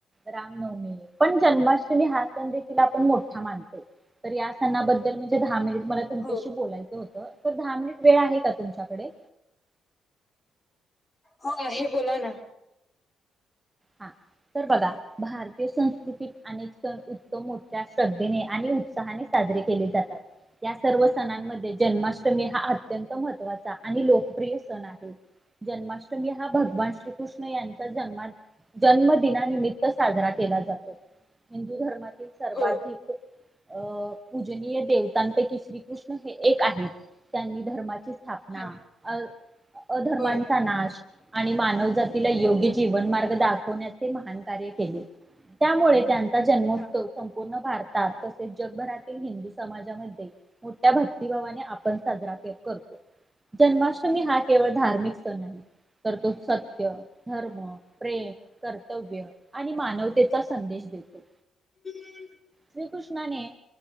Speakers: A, on the right (about 20°); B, on the left (about 30°).
A: राम नवमी पण जन्माष्टमी हा सण देखील आपण मोठा मानतोय. तर या सणाबद्दल म्हणजे दहा मिनिट मला तुमच्याशी
B: हो
A: बोलायचं होतं. तर दहा मिनिट वेळ आहे का तुमच्याकडे?
B: हो आहे बोला ना.
A: हा तर बघा भारतीय संस्कृतीत अनेक सण उत्तम मोठ्या श्रद्धेने आणि उत्साहाने सा जरी या सर्व सणांमध्ये जन्माष्टमी हा अत्यंत महत्वाचा आणि लोकप्रि यसण आहे जन्माष्टमी हा भगवान श्रीकृष्ण यांचा जन्मात जन्मदनानिमित्त साजरा केला जातो, हिंदू धर्मातील सर्वाधिक
B: हो
A: अ पूजनीय देवतांपैकी श्रीकृष्ण हे एक आहेत त्यांनी धर्माचे स्थापना
B: हा
A: अ अधर्मांचा
B: बर
A: नाश आणि मानव जात तीला योग्य
B: ओके
A: जीवन मार्ग दाख खवण्याचे महान कार्य केले, त्यामुळे त्यांचा जन्मोत्सव
B: हा
A: खूप पूर्ण भारतात तसेच जगभरातील हिंदू समाजामध्ये मोठ्या भक्तिभावाने आपण साजरा कर करतो जन्माष्टमी हा केवळ धार्मिक सण आहे. तर तो सत्य धर्म प्रेम कर्तव्य आणि मानवतेचा संदेश देतो.
B: <inaudible>
A: श्रीकृष्णाने